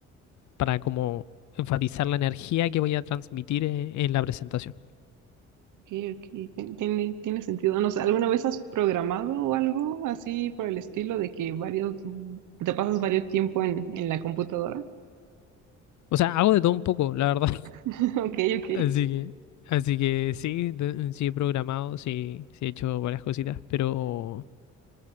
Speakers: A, on the left; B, on the right.
A: para como enfatizar la energía que voy a transmitir en, en la presentación.
B: Ok, ok, tien- tiene, tiene sentido. No sé, ¿alguna vez has programado o algo así por el estilo de que varios, te pasas varios tiempo en, en la computadora?
A: O sea, hago de todo un poco, la verdad.
B: <laughs> Ok, ok.
A: Así que, así que sí, de- sí he programado, sí, sí he hecho varias cositas, pero,